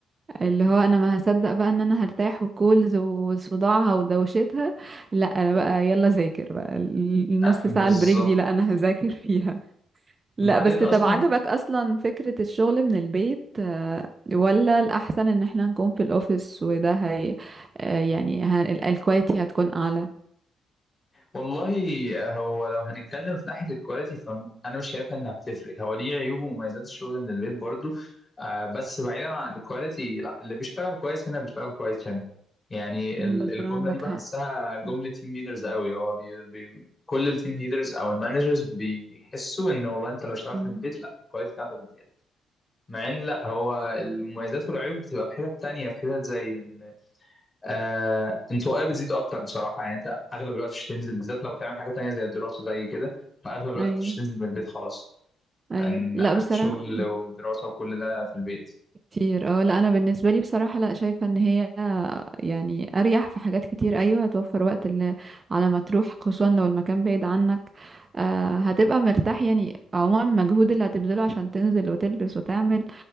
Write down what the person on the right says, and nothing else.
اللي هو انا ما هصدق بقى ان انا هرتاح وكولز وصداعها ودوشتها لا انا بقى يلا ذاكر بقى ال- النص
ساعة
البريك دي لا انا هذاكر <laughs> فيها لا
بس
طب عجبك اصلا فكرة الشغل من البيت آه، ولا الاحسن ان احنا نكون في الاوفيس وده هي آه، يعني ه- ال- الكواليتي هتكون اعلى
بس
عندك
حق
م-
م.
ايوه
ايوه
لا بصراحة
كتير اه لا انا بالنسبه لي بصراحه لا شايفه ان هي يعني اريح في حاجات كتير ايوه هتوفر وقت اللي على ما تروح خصوصا لو المكان بعيد عنك آه هتبقى مرتاح يعني عموما المجهود اللي هتبذله عشان تنزل وتلبس وتعمل